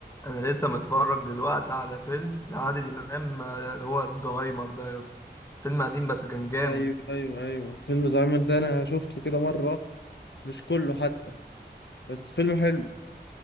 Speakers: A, on the left; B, on the left.
A: انا لسه متفرج دلوقتي على فيلم لعادل امام آه، اللي هو زهايمر ده يا اسطى فيلم قديم بس كان جامد
B: ايوه ايوه ايوه فيلم زهايمر ده انا شفته كده مره مش كله حتى بس فيلم حلو